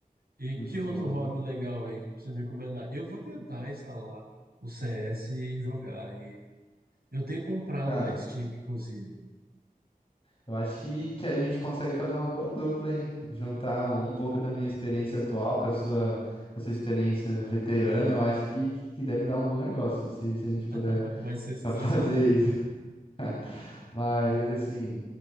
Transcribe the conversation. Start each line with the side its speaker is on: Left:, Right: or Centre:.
Right: E
Left: Muito
Right: que outro
Left: bom,
Right: hobby
Left: cara.
Right: legal aí pra você me recomendar? Eu vou tentar instalar o CS e jogar. E eu tenho comprado
Left: Cara,
Right: na Steam, inclusive.
Left: eu acho que, que a gente consegue fazer uma boa dupla, hein? Juntar um, um pouco da minha experiência atual com a sua, com a sua experiência veterana, eu acho que, que deve dar um bom negócio se, se a gente puder
Right: <laughs>
Left: <laughs>
Right: Vai ser sensacional.
Left: fa- fazer isso. <laughs> Mas, assim,